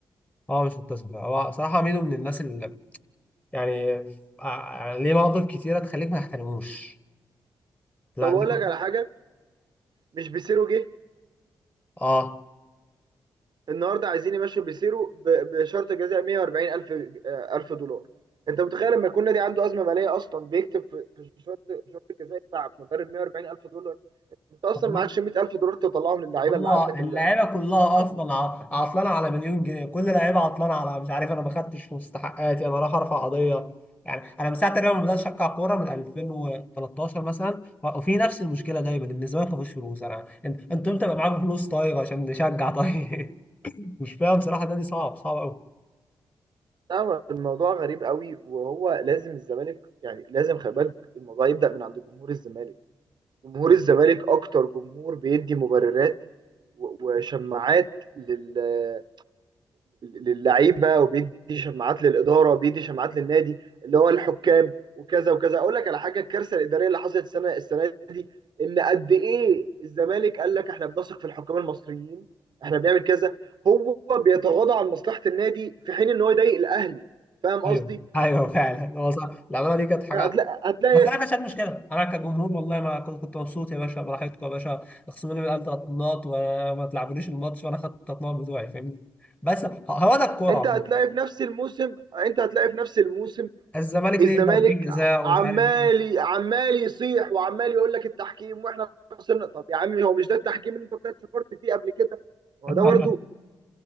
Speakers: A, on the left (about 15°); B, on the right (about 60°).
A: اه مش متسف هو صراحه ميدو من الناس اللي يعني ع- ليه مواقف كتيره تخليك ما تحترموش لا
B: طب اقول
A: ميدو
B: لك على حاجه مش بيسيرو جه
A: اه
B: النهارده عايزين يمشوا بيسيرو ب- بشرط جزاء 140 الف آه، الف دولار انت متخيل لما يكون نادي عنده ازمه ماليه اصلا بيكتب في في شرط شرط الجزاء بتاع مدرب 140 الف دولار انت اصلا
A: طب
B: معكش 100 الف دولار تطلعهم للعيبه
A: هو
B: اللي عندك
A: اللعيبه
B: اللي
A: كلها
B: مستحقات
A: اصلا ع- عطلانه على مليون جنيه كل لعيبه عطلانه على مش عارف انا ما خدتش مستحقاتي انا رايح ارفع قضيه يعني انا من ساعه تقريبا ما بدات اشجع كوره من 2013 مثلا وفي نفس المشكله دايما ان الزمالك ما فيهوش فلوس انا انت انت امتى بقى معاكم فلوس طيب عشان نشجع طيب <laughs> مش فاهم صراحه النادي صعب صعب
B: لا هو الموضوع غريب قوي وهو لازم الزمالك يعني لازم خلي بالك الموضوع يبدأ من عند جمهور الزمالك جمهور الزمالك اكتر جمهور بيدي مبررات و- وشماعات لل للعيبه وبيدي شماعات للاداره وبيدي شماعات للنادي اللي هو الحكام وكذا وكذا اقول لك على حاجه الكارثه الاداريه اللي حصلت السنه السنه دي ان قد ايه الزمالك قال لك احنا بنثق في الحكام المصريين احنا بنعمل كذا هو بيتغاضى عن مصلحه النادي في حين ان هو يضايق الاهلي فاهم قصدي
A: ايوه ايوه فعلا هو صح العماله دي كانت حاجه
B: هتلاقي هتلاقي
A: بس انا ما كانتش عندي مشكله انا كجمهور والله ما كنت كنت مبسوط يا باشا براحتكم يا باشا اخصموا لي من القلب ثلاث نقط وما تلعبونيش الماتش وانا خدت الثلاث نقط بتوعي فاهمني بس ه- هو ده الكوره
B: انت
A: عموما
B: هتلاقي في نفس الموسم انت هتلاقي في نفس الموسم
A: الزمالك
B: الزمالك
A: ليه ضربتين جزاء
B: عمال
A: ومش عارف ايه
B: عمال يصيح وعمال يقول لك التحكيم واحنا خسرنا طب يا عمي هو مش ده التحكيم اللي انت طلعت فكرت فيه قبل كده ما
A: <laughs>
B: هو ده برضه